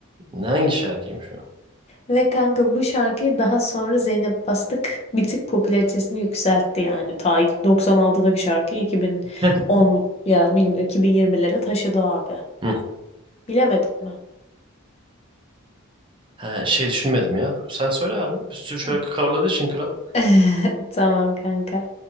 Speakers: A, on the right (about 25°); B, on the left (about 30°).
A: Ne hangi şarkıymış o?
B: Ve kanka bu şarkıyı daha sonra Zeynep Bastık bir tık popülaritesini yükseltti yani. Ta 96'daki şarkıyı 2010
A: <laughs>
B: ya bilmiyorum 2020'lere taşıdı abi.
A: Hı.
B: Bilemedim mi?
A: Ha, şey düşünmedim ya. Sen söyle abi. Bir sürü şarkı
B: Heh.
A: coverladığı için kral.
B: <laughs> Tamam kanka.